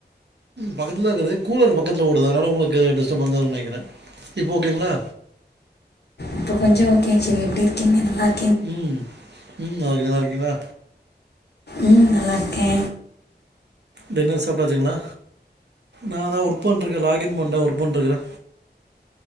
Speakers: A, on the right (about 75°); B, on the left (about 65°).
A: பக்கத்ல இருக்கறது கூலர் பக்கத்ல ஓடுது அதனால உங்களுக்கு டிஸ்டபன்ஸா இருக்கும்னு நெனக்குறே இப்போ ஓகேங்ளா
B: இப்போ கொஞ்ச ஓகே சேரி எப்டி இருக்கீங்க நல்லா இரு
A: உம் உம் நல்லா இருக்கே நீங்க நல்லா இருக்கீங்ளா
B: ம் நல்லாருக்கே
A: டின்னர் சாப்டாச்சுங்ளா நானா ஒர்க் பண்ருக்கே லாகின் பண்றே ஒர்க் பண்ருக்கே